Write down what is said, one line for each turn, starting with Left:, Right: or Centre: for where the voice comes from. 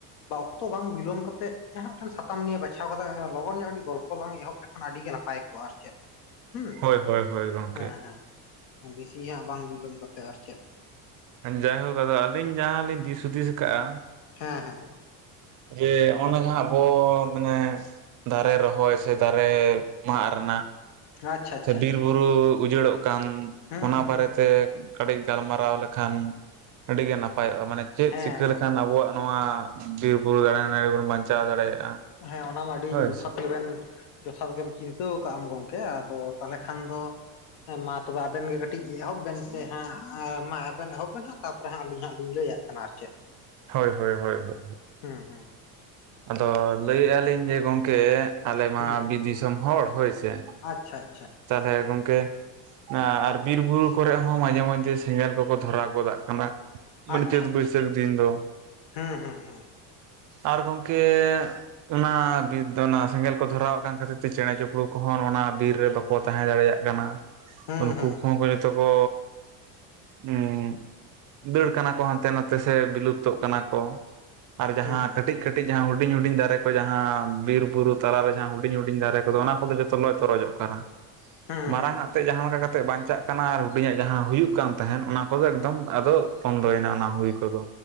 Left: ᱚᱠᱛᱚ ᱵᱟᱝ ᱵᱤᱞᱚᱢ ᱠᱟᱛᱮ ᱡᱟᱦᱟᱸ ᱢᱤᱫᱴᱮᱱ ᱥᱟᱛᱟᱢ ᱱᱤᱭᱮ ᱵᱟᱪᱷᱟᱣ ᱠᱟᱛᱮ ᱞᱚᱜᱚᱱ ᱧᱚᱜ ᱠᱟᱴᱤᱡ ᱜᱚᱞᱯᱷᱚ ᱞᱟᱝ ᱮᱦᱚᱵ ᱞᱮᱠᱷᱟᱱ ᱠᱷᱟᱱ ᱟᱹᱰᱤ ᱜᱮ ᱱᱟᱯᱟᱭ ᱠᱚᱜᱼᱟ ᱟᱨ ᱪᱮᱫ ᱦᱩᱸ
Right: ᱦᱳᱭ ᱦᱳᱭ ᱦᱳᱭ ᱜᱚᱝᱠ
Left: ᱦᱮᱸ ᱦᱮᱸ ᱵᱮᱥᱤ ᱦᱟᱸᱜ ᱵᱟᱝ ᱵᱤᱞᱚᱢ ᱠᱟᱛᱮ ᱟᱨ ᱪᱮᱫ
Right: ᱡᱟᱭᱦᱳᱠ ᱟᱫᱚ ᱟᱹᱞᱤᱧ ᱡᱟᱦᱟᱸ ᱞᱤᱧ ᱫᱤᱥ ᱦᱩᱫᱤᱥ ᱠᱟᱜᱼᱟ
Left: ᱦᱮᱸ ᱦᱮᱸ
Right: ᱡᱮ ᱦᱚᱜ-ᱚᱱᱟ ᱡᱟᱸᱦᱟ ᱟᱵᱚ ᱢᱟᱱᱮ ᱫᱟᱨᱮ ᱨᱚᱦᱚᱭ ᱥᱮ ᱫᱟᱨᱮ ᱢᱟᱜ ᱨᱮᱱᱟᱜ
Left: ᱟᱪᱪᱷᱟ ᱟᱪᱪᱷᱟ
Right: ᱥᱮ ᱵᱤᱨ
Left: ᱟᱪᱪᱷᱟ
Right: ᱵᱩᱨᱩ ᱩᱡᱟᱹᱲᱚᱜ ᱠᱟᱱ
Left: ᱦᱩᱸ
Right: ᱚᱱᱟ
Left: ᱦᱩᱸ
Right: ᱵᱟᱨᱮ
Left: ᱦᱩᱸ
Right: ᱛᱮ
Left: ᱦᱩᱸ
Right: ᱠᱟᱹᱴᱤᱡ ᱜᱟᱞᱢᱟᱨᱟᱣ ᱞᱮᱠᱷᱟᱱ ᱟᱹᱰᱤ ᱜᱮ ᱱᱟᱯᱟᱭᱚᱜᱼᱟ ᱢᱟᱱᱮ ᱪᱮᱫ
Left: ᱦᱮᱸ
Right: ᱪᱤᱠᱟᱹ
Left: ᱜᱚᱝᱠᱮ
Right: ᱞᱮ ᱠᱷᱟᱱ ᱟᱵᱚᱣᱟᱜ ᱱᱚᱣᱟ ᱵᱤᱨ ᱵᱩᱨᱩ ᱫᱟᱨᱮ ᱱᱟᱹᱲᱤ ᱵᱚᱱ ᱵᱟᱧᱪᱟᱣ ᱫᱟᱲᱮᱭᱟᱜᱼᱟ
Left: ᱦᱮᱸ ᱚᱱᱟ ᱢᱟ ᱟᱹᱰᱤ
Right: ᱦᱳᱭ
Left: ᱡᱚᱛᱷᱟᱛ
Right: ᱥᱮ
Left: ᱜᱮᱵᱮᱱ ᱡᱚᱛᱷᱟᱛ ᱜᱮᱢ ᱪᱤᱱᱛᱟᱹᱣᱟᱠᱟᱜ ᱟᱢ ᱜᱚᱢᱠᱮ ᱟᱫᱚ ᱛᱟᱦᱞᱮ ᱠᱷᱟᱱ ᱫᱚ ᱦᱮᱸ ᱢᱟ ᱛᱚᱵᱮ ᱟᱵᱮᱱ ᱜᱮ ᱠᱟᱹᱴᱤᱡ ᱮᱦᱚᱵ ᱵᱮᱱ ᱥᱮ ᱦᱟᱸᱜ ᱢᱟ ᱟᱵᱮᱱ ᱮᱦᱚᱵ ᱵᱮᱱ ᱦᱟᱸᱜ ᱛᱟ ᱛᱟ ᱦᱟᱸᱜ ᱟᱹᱞᱤᱧ ᱦᱟᱸᱜ ᱞᱤᱧ ᱞᱟᱹᱭᱟᱜ ᱠᱟᱱᱟ ᱟᱨ ᱪᱮᱫ
Right: ᱦᱳᱭ ᱦᱳᱭ ᱦᱳᱭ ᱦᱳᱭ
Left: ᱦᱩᱸ ᱦᱩᱸ
Right: ᱟᱫᱚ ᱞᱟᱹᱭᱮᱫ ᱟᱞᱤᱧ ᱡᱮ ᱜᱚᱝᱠᱮ ᱟᱞᱮ ᱢᱟ
Left: ᱦᱩᱸ
Right: ᱵᱤᱨ ᱫᱤᱥᱚᱢ ᱦᱚᱲ, ᱦᱳᱭ ᱥᱮ᱾
Left: ᱟᱪᱪᱷᱟ ᱟᱪᱪᱷᱟ᱾
Right: ᱛᱟᱦᱚᱞᱮ ᱜᱚᱢᱠᱮ ᱟᱨ ᱵᱤᱨ ᱵᱩᱨᱩ ᱠᱚᱨᱮ ᱦᱚᱸ ᱢᱟᱡᱷᱮ ᱢᱚᱫᱫᱷᱮ ᱥᱮᱸᱜᱮᱞ ᱠᱚᱠᱚ ᱫᱷᱚᱨᱟᱣ ᱜᱚᱫᱟᱜ ᱠᱟᱱᱟ᱾ ᱢᱟᱱᱮ
Left: ᱟᱪᱪᱷᱟ
Right: ᱪᱟᱹᱛ
Left: ᱟᱪᱪᱷᱟ
Right: ᱵᱟᱹᱭᱥᱟᱹᱠᱷ ᱫᱤᱱ ᱫᱚ
Left: ᱦᱩᱸ ᱦᱩᱸ ᱦᱩᱸ
Right: ᱟᱨ ᱜᱚᱢᱠᱮ ᱚᱱᱟ ᱵᱤᱨ ᱫᱚ ᱚᱱᱟ ᱥᱮᱸᱜᱮᱞ ᱠᱚ ᱫᱷᱚᱨᱟᱣ ᱠᱟᱱ ᱠᱷᱟᱹᱛᱤᱨ ᱛᱮ ᱪᱮᱬᱮ ᱪᱤᱯᱲᱩ ᱠᱚᱦᱚᱸ ᱚᱱᱟ ᱵᱤᱨ ᱨᱮ ᱵᱟ ᱠᱚ ᱛᱟᱦᱮᱸ ᱫᱟᱲᱮᱭᱟᱜ ᱠᱟᱱᱟ᱾
Left: ᱦᱩᱸ
Right: ᱩᱱᱠᱩ
Left: ᱦᱩᱸ
Right: ᱠᱚᱦᱚᱸ ᱠᱚ ᱡᱚᱛᱚ ᱠᱚ ᱩᱸ ᱫᱟᱹᱲ ᱠᱟᱱᱟ ᱠᱚ ᱦᱟᱱᱛᱮ ᱱᱟᱛᱮ ᱥᱮ ᱵᱤᱞᱩᱯᱛᱚᱜ ᱠᱟᱱᱟ ᱠᱚ᱾ ᱟᱨ ᱡᱟᱦᱟᱸ
Left: ᱦᱩᱸ
Right: ᱠᱟᱹᱴᱤᱡ ᱠᱟᱹᱴᱤᱡ ᱡᱟᱦᱟᱸ ᱦᱩᱰᱤᱧ ᱦᱩᱰᱤᱧ ᱫᱟᱨᱮ ᱠᱚ ᱡᱟᱦᱟᱸ ᱵᱤᱨ ᱵᱩᱨᱩ ᱛᱟᱞᱟᱨᱮ ᱡᱟᱦᱟᱸ ᱦᱩᱰᱤᱧ ᱦᱩᱰᱤᱧ ᱫᱟᱨᱮ ᱠᱚᱫᱚ ᱚᱱᱟ ᱠᱚᱫᱚ ᱡᱚᱛᱚ ᱞᱚ ᱛᱚᱨᱚᱡᱚᱜ ᱠᱟᱱᱟ᱾
Left: ᱦᱩᱸ
Right: ᱢᱟᱨᱟᱝ
Left: ᱦᱩᱸ
Right: ᱟᱜ ᱛᱮᱫ ᱡᱟᱦᱟᱸ ᱞᱮᱠᱟ ᱠᱟᱛᱮᱜ ᱵᱟᱧᱪᱟᱜ ᱠᱟᱱᱟ, ᱟᱨ ᱦᱩᱰᱤᱧᱟᱜ ᱡᱟᱦᱟᱸ ᱦᱩᱭᱩᱜ ᱠᱟᱱ ᱛᱟᱦᱮᱸᱱ ᱚᱱᱟ ᱠᱚᱫᱚ ᱮᱠᱫᱚᱢ ᱟᱫᱚ ᱵᱚᱱᱫᱚᱭ ᱮᱱᱟ ᱚᱱᱟ ᱦᱩᱭ ᱠᱚᱫᱚ᱾